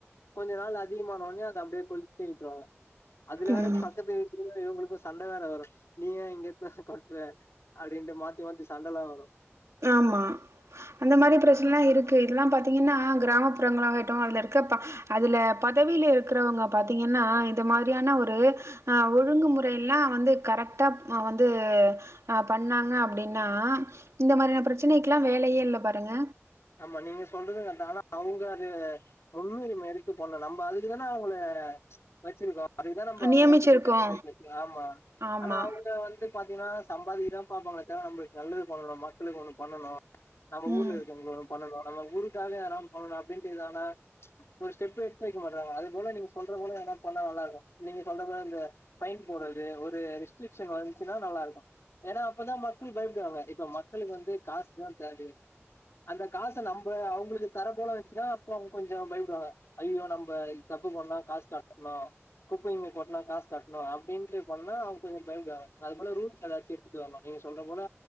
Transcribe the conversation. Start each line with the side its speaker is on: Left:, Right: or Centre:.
Left: கொஞ்சோ நாள் அதிகமானவோனே அத அப்டியே கொளித்தீவுட்டுர்வாங்க அதுல வேற
Right: ம்
Left: பக்கத்து விட் இதுல இவுங்களுக்கு சண்ட வேற வரு நீ ஏ இங்க வந்து கொட்ற அப்டிட்டு மாத்தி மாத்தி சண்டலா வரு
Right: ஆம்மா அந்த மாரி பிரச்சனலா இருக்கு இதெல்லா பாத்தீங்கன்னா கிராமப்புறங்களாகட்டு அதுல இருக்க ப்பா அதுல பதவியில இருக்கறவங்க பாத்தீங்கன்னா இந்த மாரியான ஒரு அ ஒழுங்குமுறை எல்லா வந்து கரெக்டா வந்து அ பண்ணாங்க அப்டின்னா இந்த மாரியான பிரச்சனைக்கிலா வேலயே இல்ல பாருங்க
Left: ஆமா நீங்க சொல்றது கரெக்ட் ஆனா அவுங்க அது முன்னுரிமை எடுத்து பண்ணணு நம்ம அதுக்கு தான அவுங்கள வச்சிருக்கோ அதுக்குதா நம்போ அவுங்கள
Right: நியமிச்சிருக்கோ
Left: ஓட்டு போட்டு ஜெய்க்க வெச்சிறோ ஆமா
Right: ஆமா
Left: ஆனா அவுங்க வந்து பாத்தீங்கன்னா சம்பாதிக்க தா பாப்ங்க தா நம்மளுக்கு நல்லது பண்ணுன மக்களுக்கு ஒண்ணு பண்ணணு நம்ம
Right: ம்
Left: ஊர்ல இருக்கவங்க பண்ணணும் நம்ம ஊருக்காக யாராவுது பண்ணணு அப்டின்துனா ஒரு ஸ்டெப் எடுத்து வக்க மாட்டறாங்க அது போல நீங்க சொல்ற போல என்ன பண்ணா நல்லா இருக்கு நீங்க சொல்ற போல இந்த பைன் போடுறது ஒரு ரெஸ்ட்ரிக்ஷன் வந்துச்சுன்னா நல்லா இருக்கு ஏன்னா அப்ப தா மக்கள் பயப்படுவாங்க இப்ப மக்களுக்கு வந்து காசுதா தேவயே அந்த காச நம்ம அவங்களுக்கு தர போல வச்சுன்னா அப்போ அவங்க கொஞ்சோ பயப்படுவாங்க ஐய்யோ நம்ம இத் தப்பு போண்ணா காசு கட்டனோ குபிங்க கொட்டா காசு கட்னோ அபிடின்டு பண்ணா அவங்க கொஞ் பயுபுடுவாக அது போல ரூல்ஸ் ஏதாசி <unintelligible> நீங்க சொல்ற போல